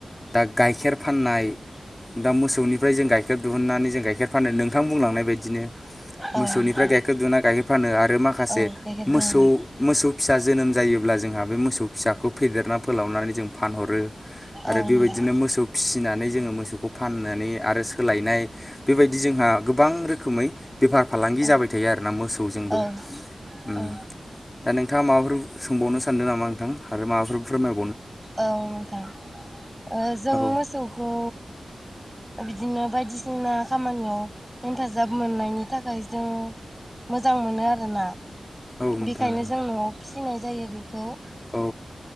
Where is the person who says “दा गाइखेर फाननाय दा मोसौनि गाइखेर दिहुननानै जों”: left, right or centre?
Left